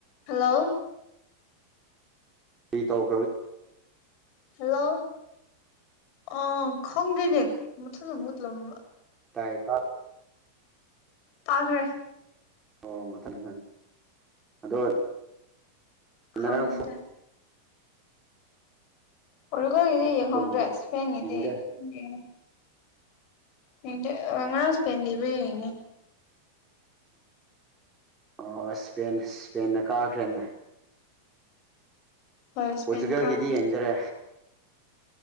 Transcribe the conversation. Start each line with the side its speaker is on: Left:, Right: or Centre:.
Left: hello
Right: ꯀꯔꯤ ꯇꯧ
Left: hello ꯑ ꯈꯪ ꯗꯦꯅꯦ ꯃꯊꯟꯗ ꯃꯨꯠ ꯂꯝꯕ
Right: ꯇꯥꯏꯌꯦ ꯇꯥ
Left: ꯇꯥꯈ꯭ꯔꯦ
Right: ꯑꯣ ꯃꯊꯅꯦ ꯑꯗꯣ
Left: ꯈꯪꯗꯦ
Right: ꯉꯔꯥꯡ
Left: ꯄꯣꯔꯇꯨꯒꯜꯒꯤꯗꯤ ꯌꯦꯡꯍꯧꯗ꯭ꯔꯦ
Right: ꯐꯨꯡꯁꯦ
Left: ꯏꯁꯄꯦꯟꯒꯤꯗꯤ
Right: ꯌꯦꯡꯗꯦ
Left: ꯌꯦꯡ ꯌꯦꯡꯗꯦ ꯑ ꯉꯥꯔꯥꯡ ꯁꯄꯦꯟꯒꯤꯗꯣ ꯌꯦꯡꯉꯤ
Right: ꯑꯣ ꯏꯁꯄꯦꯟ ꯏꯁꯄꯦꯟꯅ ꯀꯥꯈ꯭ꯔꯦꯅꯦ
Left: ꯍꯣꯏ ꯏꯁꯄꯦꯟ
Right: ꯄꯣꯔꯆꯨꯒꯜꯒꯤꯗꯤ
Left: ꯀꯥꯈ꯭ꯔꯦ
Right: ꯌꯦꯡꯗꯔꯦ